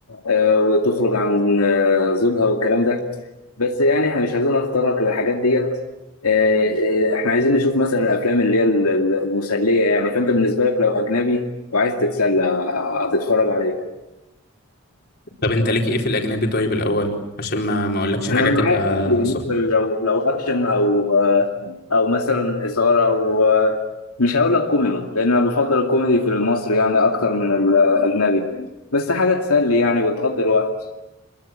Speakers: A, on the left; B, on the left.
A: آه، وتخرج عن آه، زوجها والكلام ده بس يعني احنا مش عايزين نتطرق للحاجات ديت آه، آه، احنا عايزين نشوف مثلا الافلام اللي هي ال- ال- المسليه يعني فانت بالنسبه لك لو اجنبي وعايز تتسلى آه، هتتفرج على ايه؟
B: طب انت ليك ايه في الاجنبي طيب الاول عشان ما ما اقولكش حاجة
A: انا معاك
B: تبقى
A: عادي بالنسبه
B: صح
A: لو لو اكشن او او مثلا اثاره او مش هقول لك كوميدي لان انا بفضل الكوميدي في المصري يعني اكتر من الاجنبي بس حاجه تسلي يعني وتقضي الوقت